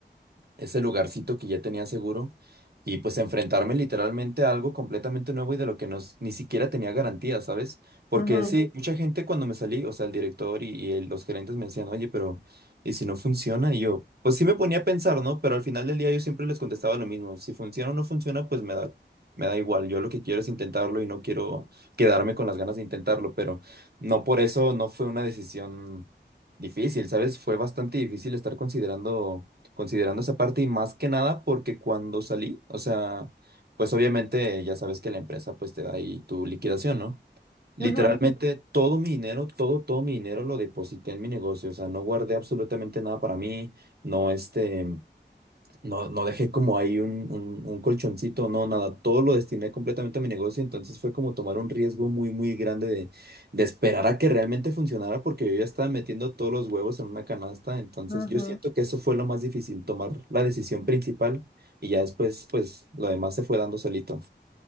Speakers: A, on the right (about 60°); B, on the left (about 45°).
A: ese lugarcito que ya tenía seguro y pues enfrentarme literalmente a algo completamente nuevo y de lo que no, s- ni siquiera tenía garantía, ¿sabes? Porque
B: ujú,
A: Ujú. sí, mucha gente cuando me salí, o sea, el director y, y el- los gerentes me decían, oye, pero ¿y si no funciona? Y yo, pues sí me ponía a pensar, ¿no? Pero al final del día yo siempre les contestaba lo mismo, si funciona o no funciona, pues me da... Me da igual, yo lo que quiero es intentarlo y no quiero quedarme con las ganas de intentarlo, pero no por eso no fue una decisión difícil, ¿sabes? Fue bastante difícil estar considerando considerando esa parte y más que nada porque cuando salí, o sea, pues obviamente ya sabes que la empresa pues te da ahí tu liquidación, ¿no? Literalmente
B: ujú,
A: todo mi dinero, todo, todo mi dinero lo deposité en mi negocio, o sea, no guardé absolutamente nada para mí, no este, no, no dejé como ahí un, un, un colchoncito, no, nada, todo lo destiné completamente a mi negocio, entonces fue como tomar un riesgo muy, muy grande de, de esperar a que realmente funcionara porque yo ya estaba metiendo todos los huevos en una canasta, entonces
B: ujú.
A: yo siento que eso fue lo más difícil, tomar la decisión principal y ya después, pues, lo demás se fue dando solito.